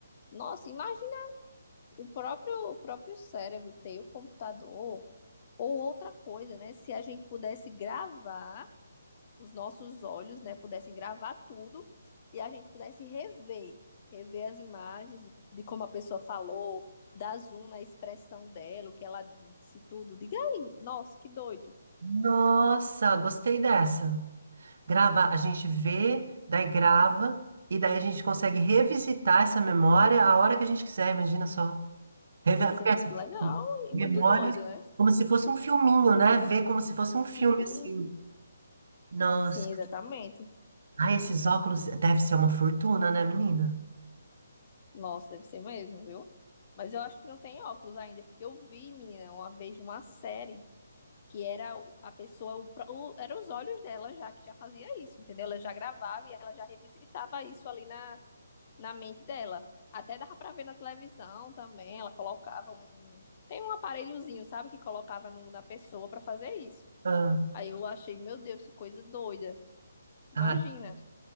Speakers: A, on the left (about 35°); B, on the right (about 60°).
A: Nossa, imagina o próprio, o próprio cérebro ter o computador. Ou outra coisa, né? Se a gente pudesse gravar os nossos olhos, né? Pudessem gravar tudo e a gente pudesse rever, rever as imagens de como a pessoa falou, dar zoom na expressão dela, o que ela disse, tudo. Diga aí, nossa, que doido.
B: nossa, gostei dessa. Grava, a gente vê, daí grava, e daí a gente consegue revisitar essa memória a hora que a gente quiser, imagina só. Revela,
A: Ia ser
B: porque,
A: muito
B: assim,
A: legal e
B: memória
A: muito doido, né?
B: como se fosse um filminho, né? Ver como se fosse um filme,
A: Sim,
B: assim. Nossa.
A: sim, exatamente.
B: Ai, esses óculos deve ser uma fortuna, né, menina?
A: Nossa, deve ser mesmo, viu? Mas eu acho que não tem óculos ainda, porque eu vi, menina, uma vez numa série que era o- a pessoa, o, pró- o, era os olhos dela já que já fazia isso, entendeu? Ela já gravava e ela já revisitava isso ali na, na mente dela. Até dava pra ver na televisão também, ela colocava um, um- tem um aparelhozinho, sabe, que colocava no- na pessoa pra fazer isso.
B: Ah,
A: Aí eu achei, meu Deus, que coisa doida. Imagina.
B: ai,